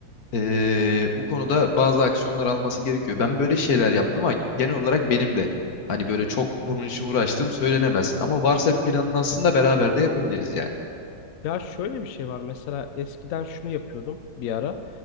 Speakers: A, on the left; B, on the left.
A: ee, bu konuda bazı aksiyonlar alması gerekiyor. Ben böyle şeyler yaptım ama genel olarak benim de hani böyle çok bunun için uğraştığım söylenemez. Ama varsa bir planını aslında beraber de yapabiliriz yani.
B: Ya şöyle bir şey var mesela eskiden şunu yapıyordum bir ara